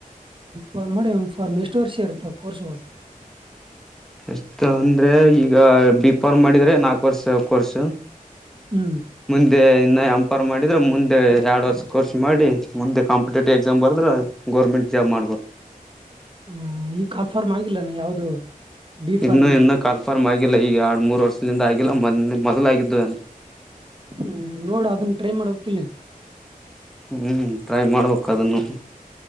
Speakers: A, on the right (about 35°); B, in the centre.
A: ಫ್ಮ ಮಾಡಿ ಎಂಫಾರ್ಮ್ ಎಷ್ಟು ವರ್ಷ ಇರ್ತ್ತಾವ ಕೋರ್ಸ್ಗಳು.
B: ಎಷ್ಟ ಅಂದ್ರೆ ಈಗ ಬಿಫಾರ್ಮಾ ಮಾಡಿದ್ರೆ ನಾಲ್ಕು ವರ್ಸ್ ಕೋರ್ಸ್.
A: ಹ್ಮ್.
B: ಮುಂದೆ ಇನ್ನ ಎಂಫಾರ್ಮಾ ರ್ ಮಾಡಿದ್ರೆ ಮುಂದೆ ಎರಡ್ ವರ್ಷ ಕೋರ್ಸ್ ಮಾಡಿ ಮುಂದೆ ಕಾಂಪಿಟೇಟಿವ್ ಎಕ್ಸಾಮ್ ಬರ್ದ್ರ. ಗೋರ್ಮಂಟ್ ಜಾಬ್ ಮಾಡಬೋ.
A: ಹ್ಮ್ ಈ ಕಾಲ್ಫಾರ್ಮ್ ಆಗಿಲ್ಲಾನ. ಯಾವ್ದು ಬಿ
B: ಇನ್ನು
A: ಫಾರ್ಮ್ಗೆ
B: ಎನ್ನ. ಕನ್ಫರ್ಮ್ ಆಗಿಲ್ಲ ಈಗ ಎರಡು ಮೂರು ವರ್ಷದಿಂದ ಆಗಿಲ್ಲ ಮೊದಲು ಮೊದಲಾಗಿದ್ದು
A: ಹ್ಮ್ ನೋಡ ಅದನ್ನ ಟ್ರೈ ಮಾಡಬೇಕಕ್ಕಿಲ್ಲ
B: ಹ್ಮ್ ಟ್ರೈ ಮಾಡಬೇಕು ಅದನ್ನು